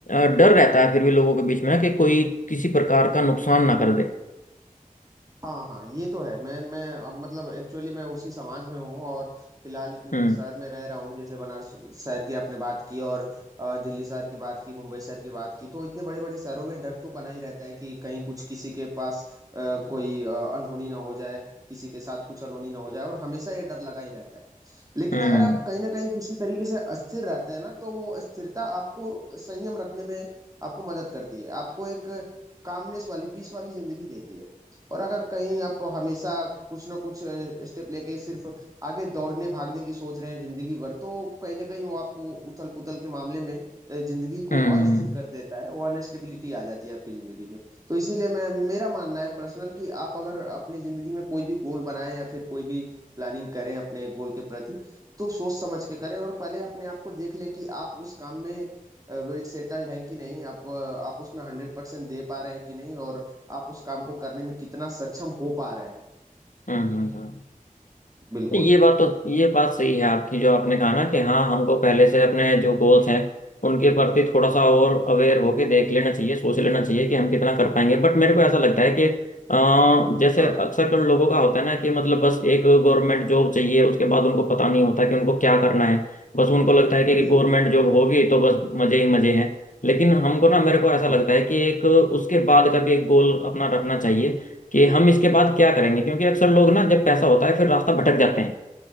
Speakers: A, on the left (about 65°); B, on the right (about 25°).
A: डर रहता है फिर भी लोगों के बीच में कि कोई किसी प्रकार का नुकसान ना कर दे
B: हाँ हाँ ये तो है मैं मैं अब मतलब एक्चुअली मैं उसी समाज में हूँ और फिलहाल इतने
A: हम्म
B: बड़े शहर में रह रहा हूँ जैसे बनारस शहर की आपने बात की और अ, दिल्ली शहर की बात की मुंबई शहर की बात की तो इतने बड़े बड़े शहरों में डर तो बना ही रहता है कि कहीं कुछ किसी के पास अ, कोई अ, अनहोनी ना हो जाए किसी के साथ कुछ अनहोनी ना हो जाए और हमेशा ये डर लगा ही रहता है लेकिन
A: हम्म
B: अगर आप कहीं ना कहीं किसी तरीके से अस्थिर रहते हैं ना तो वो अस्थिरता आपको संयम रखने में आपको मदद करती है आपको एक कामनेस वाली पीस वाली जिंदगी देती है और अगर कहीं आप हमेशा कुछ ना कुछ स्टेप लेके सिर्फ आगे दौड़ने भागने की सोच रहे हैं जिंदगी भर तो कहीं ना कहीं वो आपको उथल पुथल के मामले में अ, जिंदगी
A: हम्म
B: को अस्थिर कर देता है वो अनस्टेबिलिटी आ जाती है आपकी जिंदगी में तो इसीलिए मैं मेरा मानना है पर्सनल कि आप अगर अपनी जिंदगी में कोई भी गोल बनाएं या फिर कोई भी प्लानिंग करें अपने गोल के प्रति तो सोच समझ के करें और पहले अपने आप को देख लें कि आप उस काम में वेल सेटल्ड हैं कि नहीं आप अ, आप उसमें हंड्रेड परसेंट दे पा रहे हैं कि नहीं और आप उस काम को करने में कितना सक्षम हो पा रहे हैं
A: हम्म हम्म, हम्म।
B: बिल्कुल
A: ये बात तो ये बात सही है आपकी जो आपने कहा ना कि हाँ हमको पहले से अपने जो गोल्स हैं उनके प्रति थोड़ा सा और अवेयर होके देख लेना चाहिए सोच लेना चाहिए कि हम कितना कर पाएंगे बट मेरे को ऐसा लगता है कि अ, जैसे
B: हाँ
A: अक्सर कर लोगों का होता है ना कि मतलब बस एक गवर्नमेंट जॉब चाहिए उसके बाद उनको पता नहीं होता कि उनको क्या करना है बस उनको लगता है कि
B: बिल्कुल
A: गवर्नमेंट जॉब होगी तो बस मजे ही मजे हैं लेकिन हमको ना मेरे को ऐसा लगता
B: हाँ
A: है कि एक उसके बाद का भी एक गोल अपना रखना चाहिए कि हम इसके बाद क्या करेंगे क्योंकि अक्सर लोग ना जब पैसा होता है फिर रास्ता भटक जाते हैं